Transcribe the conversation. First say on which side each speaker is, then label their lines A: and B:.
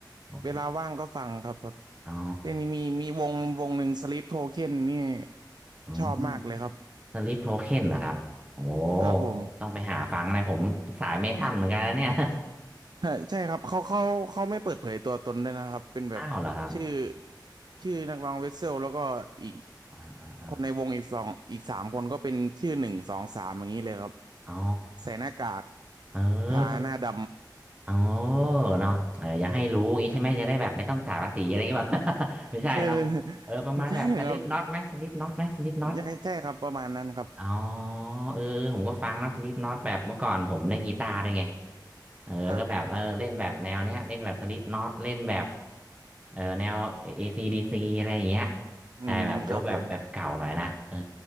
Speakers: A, on the right (about 15°); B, on the right (about 65°).
A: โอเค
B: เวลาว่างก็ฟังครับครับ
A: อ๋อ
B: เป็นมีมีวงวงหนึ่งสลิปโทเค็นนี่
A: อืม
B: ชอบมากเลยครับ
A: สลิปโทเค็นเหรอครับโอ้
B: ครับผม
A: ต้องไปหาฟังนะผมสายไม่ทันเหมือนกันนะเนี่ย
B: ฮะใช่ครับเขาเขาเขาไม่เปิดเผยตัวตนด้วยนะครับเป็นแบบชื่อ
A: <laughs> อ้าวเหรอครับ
B: ชื่อนักร้องเวสเซลแล้วก็อีก
A: อ่าอ่าอา
B: คนในวงอีกสองอีกสามคนก็เป็นชื่อหนึ่งสองสามอย่างนี้เลยครับ
A: อ๋อ
B: ใส่หน้ากาก
A: เออ
B: ทาหน้าด
A: เออเนาะเอออย่าให้รู้อย่างนี้ใช่ไหม จะได้แบบไม่ต้องจ่ายภาษีอะไรอย่างเงี้ย <laughs> แบบ <laughs>
B: ำ
A: ไม่ใช่เนาะเออประมาณแบบสลิปน็อตไหมสลิปน็อตไหมสลิปน็อต
B: <laughs> เออไม่ใช่ครับยังใช่ครับประมาณนั้นครับ
A: อ๋อเออเออผมก็ฟังนะสลิปน็อตแบบเมื่อก่อนผมเล่นกีตาร์ด้วยไงเออก็แบบเออเล่นแบบแนวเนี้ยเล่นแบบสลิปน็อตเล่นแบบ
B: ครับ
A: เออแนว ACDC อซีดีซีอะไรอย่างเงี้ย
B: อืมครับผม
A: ใช่แบบยกแบบแบบเก่าหน่อยนะเออ